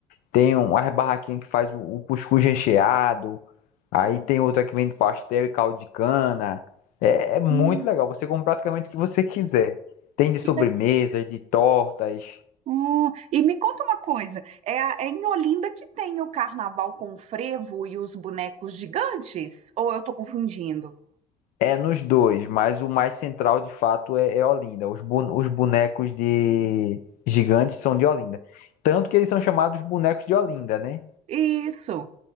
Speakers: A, on the left; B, on the right.
A: Tem uma barraquinha que faz o o cuscuz recheado. Aí tem outra que vende pastel e caldo de cana. É, é muito
B: Hum,
A: legal. Você come praticamente o que você quiser. Tem de
B: que
A: sobremesas,
B: legal.
A: de tortas.
B: Hum, e me conta uma coisa, é, a- é em Olinda que tem o carnaval com o frevo e os bonecos gigantes? Ou eu estou confundindo?
A: É nos dois, mas o mais central de fato é, é Olinda. Os, bu- os bonecos de gigantes são de Olinda. Tanto que eles são chamados bonecos de Olinda, né?
B: Isso.